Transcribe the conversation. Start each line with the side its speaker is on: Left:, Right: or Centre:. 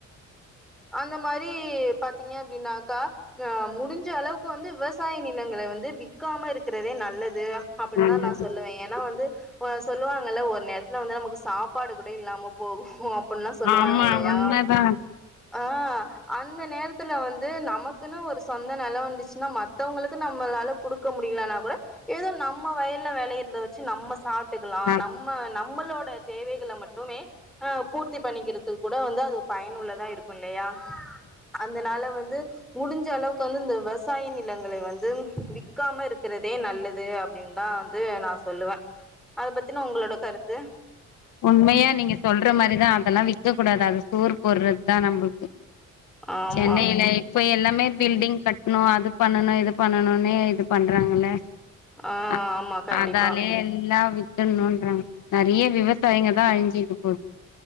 Centre: அந்த மாரி பாத்தீங்க அப்டின்னாக்கா ஆ முடிஞ்ச அளவுக்கு வந்து விவசாய நிலங்கள் வந்து விக்காம இருக் றதே நல்லது அப்டின்னு
Left: ஆமா
Centre: தா நா சொல்லுவேன் ஏனா வந்து சொல்லுவாங்கல்ல ஒரு நேரத்துல வந்து நமக்கு சாப்பாடு கூட இல்லாம போகும் அப் அப்புன்ல்லாம் சொல்லுவாங்க
Left: ஆமா
Centre: இல்லையா
Left: உண்மதா
Centre: ஆ அந்த நேரத்துல வந்து நமக்குன்னு ஒரு சொந்த நெலம் வந்துச்சுன்னா ம மத்தவங்களுக்கு நம்மளால குடுக் குடுக்க முடியலனா கூட ஏதோ நம்ம வயல்ல வெளயறத வெச்சு நம்ம சாப்பிட்டுக்கலா
Left: ஆமா
Centre: நம்ம நம்ம நம்மளோட தேவைகள மட்டுமே அ பூர்த்தி பண்ணிக்கிறதுக் கூட வந்து அது பயனுள்ளதா இருக்குன் இல்லையா அதனால வந்து முடிஞ்ச அளவுக் வந்து இந்த விவசாய நிலங்களை வந்து விக் க்காம இருக்றதே நல்லது அப்பட தான் வந்து நா சொல்லுவன் அத பத்தினா உங்களோட கருத்து
Left: உண்மையா நீங்க சொல்ற மாரிதா அதெல்லா விக்க கூடாது அது சோர் போடுறது தா நம்ளுக்கு
Centre: ஆமா
Left: சென்னையில இப்ப எல்லாமே பில்டிங் கட்ணு அது பண்னுணு இது பண்னுணுனே இது பண்றாங்கல்ல
Centre: ஆ
Left: அ
Centre: ஆமா கண்டிப்பா
Left: அதாலே எல்லா வித் த்துனுன்றாங்க நெறைய விவசாயங்க தா அழிஞ்சுட்டு போது